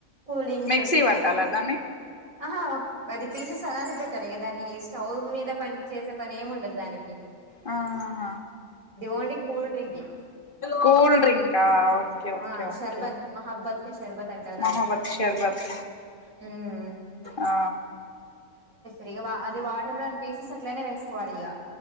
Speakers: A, on the right; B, on the left.
A: కూలింగ్
B: మిక్సీ
A: పెట్టుకొని
B: పట్టాలా దాన్ని
A: ఆహా అది పీసెస్ అలానే పెట్టాలి ఇహ దాన్ని స్టవ్ మీద పని చేసే పని ఏమి ఉండదు దానికి
B: ఆ... హ
A: అది కూల్డ్రింక్కి
B: కూల్ డ్రింక ఓకే ఓకే
A: ఆ
B: ఓకే
A: షర్బత్ మహబ్బత్ క షర్బత్ అంటారు దాన్ని
B: మహబత్ శర్బత్
A: ఉమ్
B: ఆ
A: రి బా అది వాటర్మెలోయిన్ పీసిస్ అట్లనే వేసుకోవాలి ఇక